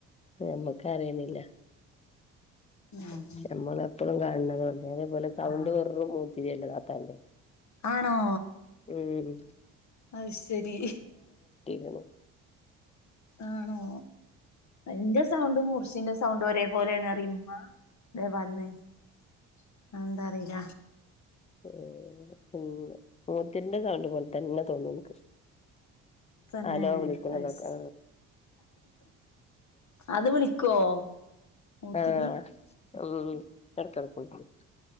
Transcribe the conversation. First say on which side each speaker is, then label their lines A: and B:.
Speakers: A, on the left; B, on the left.
A: ഞമ്മക്ക് അറിയണില്ല
B: ഉം
A: നമ്മള് എപ്പൊളും കാണ് ണതോണ്ട് അതേപോലെ സൗണ്ട്
B: ആഹ്
A: വെറും മൂത്തിരിയല്ല താത്താന്റെ.
B: ആണോ.
A: മ് മ് മ്
B: അയ്ശരി
A: <unintelligible>
B: ആണോ എന്റെ സൗണ്ടും മുറിശീന്റെ സൗണ്ട് ഒരേ പോലേണ് അറിം ഇമ്മ <unintelligible> എന്താ അറീല.
A: മ് മ് മൂത്തിന്റെ സൗണ്ട് പോലെ തന്നെ തോന്നും ഇൻക്ക്.
B: തന്നെ
A: ഹലോ വിളിക്കുന്നതൊക്കെ
B: അഹ്സ് അത് വിളിക്കോ? മൂത്തിരി
A: ആഹ് ഉം എട്കട്ക്ക് വിളിക്കും.